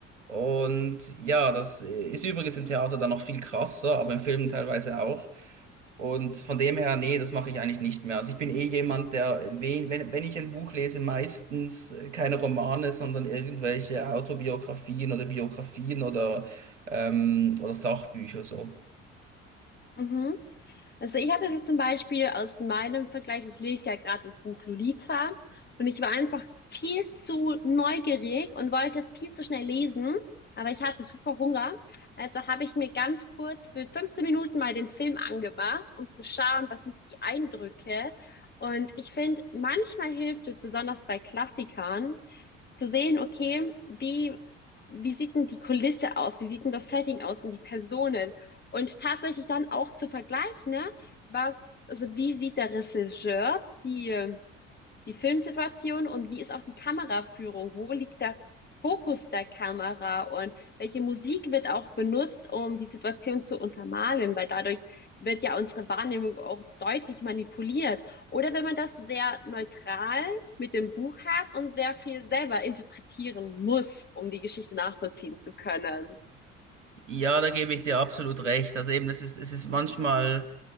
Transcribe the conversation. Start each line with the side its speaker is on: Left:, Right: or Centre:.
Right: Und ja, das ist übrigens im Theater dann noch viel krasser, aber im Film teilweise auch. Und von dem her, nee, das mache ich eigentlich nicht mehr. Also ich bin eh jemand, der, wen- wenn, wenn ich ein Buch lese, meistens äh, keine Romane, sondern irgendwelche Autobiografien oder Biografien oder, ähm, oder Sachbücher so.
Left: Mhm. Also ich habe das jetzt zum Beispiel aus meinem Vergleich, ich lese ja gerade das Buch Lolita und ich war einfach viel zu neugierig und wollte es viel zu schnell lesen, aber ich hatte super Hunger. Also habe ich mir ganz kurz für 15 Minuten mal den Film angemacht, um zu schauen, was sind die Eindrücke. Und ich finde, manchmal hilft es, besonders bei Klassikern, zu sehen, okay, wie, wie sieht denn die Kulisse aus? Wie sieht denn das Setting aus und die Personen? Und tatsächlich dann auch zu vergleichen, ne, was, also wie sieht der Regisseur die, ähm, die Filmsituation und wie ist auch die Kameraführung? Wo liegt der Fokus der Kamera und welche Musik wird auch benutzt, um die Situation zu untermalen? Weil dadurch wird ja unsere Wahrnehmung auch deutlich manipuliert. Oder wenn man das sehr neutral mit dem Buch hat und sehr viel selber interpretieren muss, um die Geschichte nachvollziehen zu können.
Right: Ja, da gebe ich dir absolut recht. Also eben, das ist, es ist manchmal.